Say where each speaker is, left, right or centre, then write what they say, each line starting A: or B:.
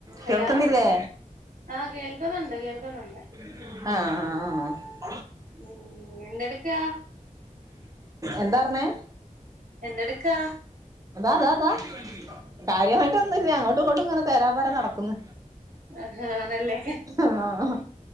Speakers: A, on the right; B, on the right.
A: Hello
B: കേൾക്കുന്നില്ലേ
A: ആഹ് കേൾക്കുന്നുണ്ട് കേൾക്കുന്നുണ്ട്
B: ആഹ് ആഹ് ആഹ്
A: ഉം എന്തെട്ക്കാ
B: എന്താർഞ്ഞേ?
A: എന്തെടുക്കാ?
B: അതാ അതാ അതാ കാര്യമായിട്ടൊന്നുല്ല അങ്ങോട്ടും ഇങ്ങോട്ടും ഇങ്ങനെ തേരാപ്പാര നടക്കുന്ന്.
A: ആഹ് ആണല്ലേ
B: ആഹ്